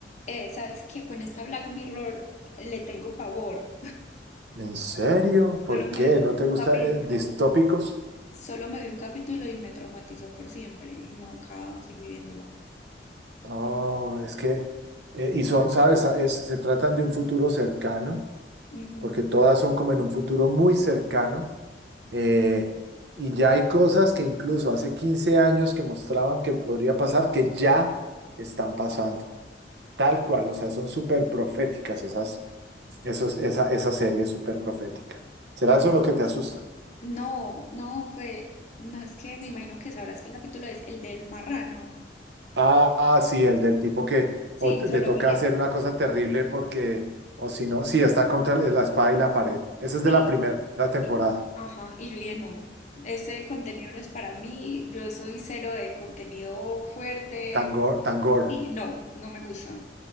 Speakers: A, on the left; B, on the right.
A: Eh, sabes que con esta Black Mirror le tengo pavor.
B: ¿En serio? ¿Por
A: Solo me
B: qué?
A: vi
B: ¿No te
A: un
B: gusta
A: capítulo,
B: eh, distópicos?
A: solo me vi un capítulo y me traumatizó por siempre y nunca seguí viéndola.
B: Oh, es que, eh, y son, ¿sabes? Ah, Es- se tratan de un futuro cercano,
A: Ujú.
B: porque todas son como en un futuro muy cercano. eh, y ya hay cosas que incluso hace 15 años que mostraban que podría pasar, que ya están pasando. Tal cual, o sea, son súper proféticas esas, Eso es- esa, esa serie es súper profética. ¿Será eso lo que te asusta?
A: No, no fue, no es que me imagino que sabrás qué capítulo es, el del marrano.
B: Ah, ah, sí, el del tipo que
A: Sí,
B: o te-
A: solo
B: le toca
A: vi
B: hacer
A: ese.
B: una cosa terrible porque, o si no, sí, está contra la espada y la pared. Esa es
A: Sí,
B: de la primera temporada,
A: y- ajá, y yo dije, no, ese contenido no es para mí, yo soy cero de contenido fuerte,
B: Tangor, Tangor.
A: y no, no me gusta.